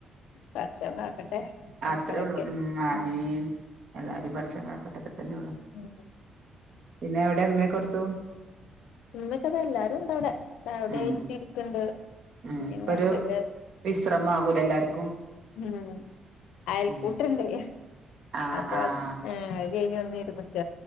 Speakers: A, on the left; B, on the right.
A: പടച്ചോൻ കാക്കട്ടെ.
B: അത്രേ
A: മക്കളൊക്കെ
B: ഉള്ളൂ ഉം മാമീം
A: ഉം
B: എല്ലാരും പടച്ചോ കാ ഘട്ടത്തി <unintelligible> തന്ന ഉള്ളു
A: ഉം
B: പിന്നവ്ടെ ഉമ്മക്കെവ്ടുത്തു
A: ഇമ്മച്ചതാ എല്ലാരുംണ്ട് അവ്ടെ ചായോടി
B: ഉം
A: കഴഞ്ഞിട്ടിരിക്ണ്ട്
B: ഉം
A: ഇമ്മീമ്
B: ഇപ്പൊരു
A: വാപ്പക്കൊ
B: വിശ്രമാകൂലെ എല്ലാർക്കും
A: ഉം അയൽക്കൂട്ടണ്ടേ
B: ഉം ആഹ്
A: അപ്പൊ
B: ആഹ്
A: അത് ഏഹ് കഴിഞ് വന്നിരിക്ക